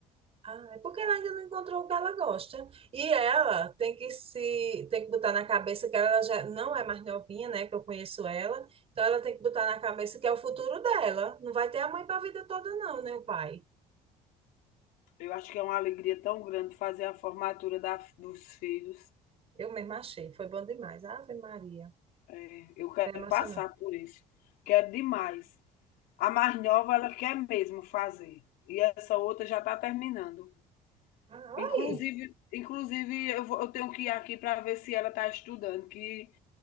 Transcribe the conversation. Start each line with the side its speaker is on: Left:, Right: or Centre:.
Right: Ah, é porque ela ainda não encontrou o que ela gosta. E ela tem que se, tem que botar na cabeça que ela já não é mais novinha, né? Que eu conheço ela. Então ela tem que botar na cabeça que é o futuro dela. Não vai ter a mãe para a vida toda, não, né, o pai?
Left: Eu acho que é uma alegria tão grande fazer a formatura da dos filhos.
Right: Eu mesma achei, foi bom demais. Ave Maria,
Left: Eh, eu quero
Right: é emocionante.
Left: passar por isso, quero demais. A mais nova, ela quer mesmo fazer, e essa outra já está terminando.
Right: Ah,
Left: Inclusive
Right: oi.
Left: inclusive eu vou eu tenho que ir aqui para ver se ela está estudando, que